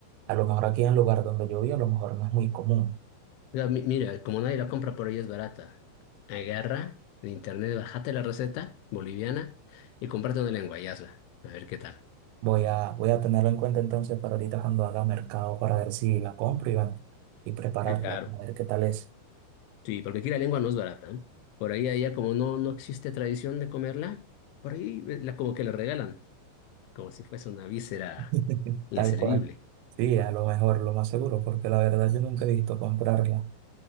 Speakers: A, on the right; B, on the left.
A: a lo mejor aquí en el lugar donde yo vivo, a lo mejor no es muy común.
B: Mira, mi- mira, como nadie la compra, por ella es barata. Agarra de internet, bájate la receta boliviana y comprate una lengua y hazla. A ver qué tal.
A: Voy a, voy a tenerlo en cuenta entonces para ahorita cuando haga mercado para ver si la compro y bueno, y prepararla,
B: Claro.
A: a ver qué tal es.
B: Sí, porque aquí la lengua no es barata. ¿eh? Por ahí, allá, como no, no existe tradición de comerla, por ahí eh, la, como que la regalan, como si fuese una víscera
A: <laughs>
B: inservible.
A: Tal cual. Sí, a lo mejor, lo más seguro, porque la verdad yo nunca he visto comprarla.